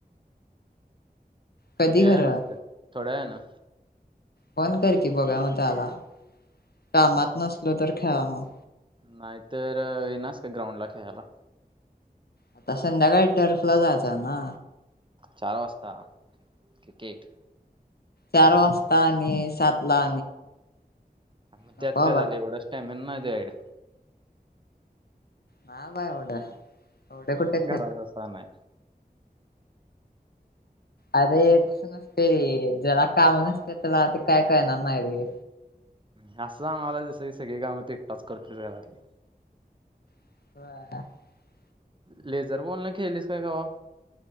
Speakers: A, on the left; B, on the right.
A: कधी
B: क
A: खरं
B: आहे नंतर थोड्या आहे ना
A: पण कर की बघा म त्या आला कामात नसलो तर खेळा मग
B: नाहीतर ये नास का ग्राउंड ला खेळायला
A: आता संध्याकाळी टर्फला जायच ना
B: चार वाजता क्रिकेट
A: चार वाजता आणि सात ला
B: मग
A: नको
B: त्यात काय झालं
A: बा
B: एवढंच टॅमिन नाही त्यायड
A: हा बा एवढं एवढ कुठेेत
B: म्हणून घरात बसला नाही
A: अरे त नसते र जला काम नसते तला ते काय काय नन आहे रे
B: असं सांगाला जस की सगळी काम त एकटाच करते घरातली
A: <inaudible>
B: लेझर बॉलन खेळलीस काय कवा?